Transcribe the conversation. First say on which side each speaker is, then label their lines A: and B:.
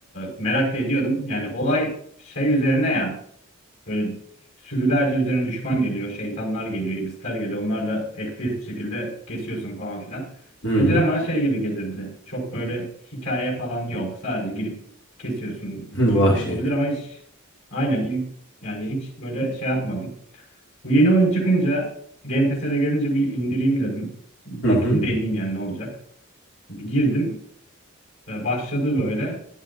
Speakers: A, on the left (about 85°); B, on the left (about 55°).
A: merak da ediyordum. Yani olay şey üzerine ya böyle sürülerce üzerine düşman geliyor, şeytanlar geliyor, iblisler geliyor. Onlarla FPS bir şekilde kesiyorsun falan filan.
B: Hı hı.
A: Önceden bana şey gibi gelirdi. Çok böyle hikaye falan yok. Sadece girip kesiyorsun.
B: <laughs>
A: İlginç
B: Vahşet.
A: olabilir ama hiç aynen il, yani hiç böyle şey yapmadım. Bu yeni oyun çıkınca Game Pass'e de gelince bir indireyim dedim. Bakayım
B: Hı hı.
A: deneyeyim yani ne olacak. Bir girdim e, başladı böyle.